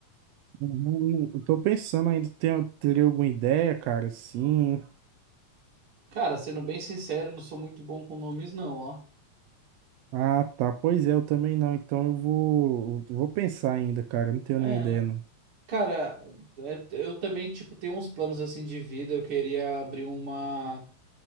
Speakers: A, on the right; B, on the right.
A: Não, não- eu tô pensando ainda, tenho, teria alguma ideia, cara? Sim.
B: Cara, sendo bem sincero, não sou muito bom com nomes, não, ó.
A: Ah, tá. Pois é, eu também não. Então eu vou, eu vou pensar ainda, cara. Eu não tenho
B: É.
A: nenhuma ideia, não.
B: Cara, é, eu também, tipo, tenho uns planos assim de vida. Eu queria abrir uma.